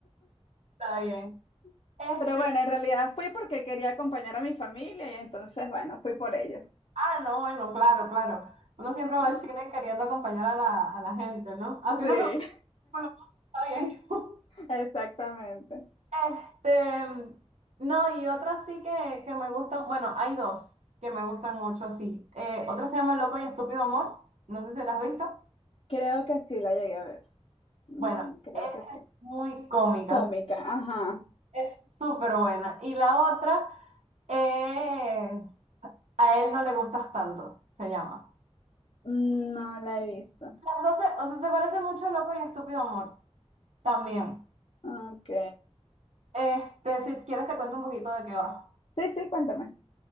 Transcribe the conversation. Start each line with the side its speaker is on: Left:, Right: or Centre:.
Right: Está bien.
Left: <laughs>
Right: este
Left: Pero bueno, en realidad fui porque quería acompañar a mi familia y entonces, bueno, fui por ellos.
Right: Ah, no, bueno, claro, claro. Uno siempre va
Left: Sí,
Right: al cine queriendo acompañar a la, a la gente, ¿no? Así
Left: sí,
Right: no te gusta, bueno, está bien. <laughs>
Left: <laughs> exactamente.
Right: Este, no, y otra sí que, que me gustan, bueno, hay dos que me gustan mucho así. Eh, otra se llama Loco y Estúpido Amor, no sé si la has visto.
Left: Creo que sí la llegué a ver. Mm,
Right: Bueno,
Left: creo
Right: esa
Left: que sí.
Right: es muy cómica,
Left: Cómica, ajá.
Right: es súper buena. Y la otra es A él no le gustas tanto, se llama.
Left: Mm, No la he visto.
Right: Las dos, se- o sea, se parece mucho a Loco y Estúpido Amor, también.
Left: Ok.
Right: Este, si quieres te cuento un poquito de qué va.
Left: Sí, sí, cuéntame.